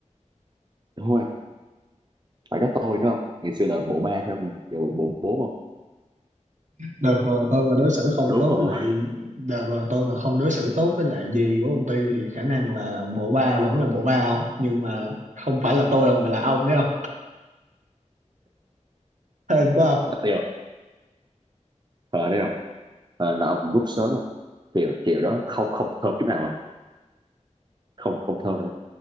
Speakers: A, on the right; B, on the right.
A: đúng không phải có tôi nữa không ngày xưa là bộ ba thôi không giờ bộ bộ bốn không
B: Đợt rồi tôi mà đối xử không
A: đúng
B: tốt
A: không
B: với lại đợt rồi tôi mà không đối xử tốt với lại gì của công ty thì khả năng là bộ ba vẫn là bộ ba không nhưng mà không phải là tôi đâu mà là ông đấy không hên quá không
A: thật tiêu ờ đấy không ờ là ông rút sớm không chiều chiều đó không không thơm chút nào không không không thơm đâu